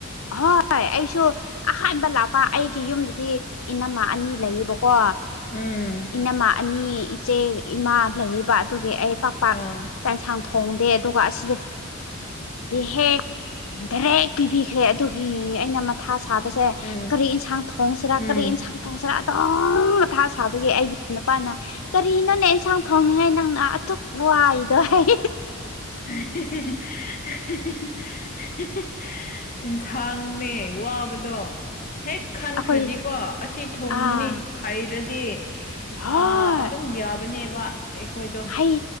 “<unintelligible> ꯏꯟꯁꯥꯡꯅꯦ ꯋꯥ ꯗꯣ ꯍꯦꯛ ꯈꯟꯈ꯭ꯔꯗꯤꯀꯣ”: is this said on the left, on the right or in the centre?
Left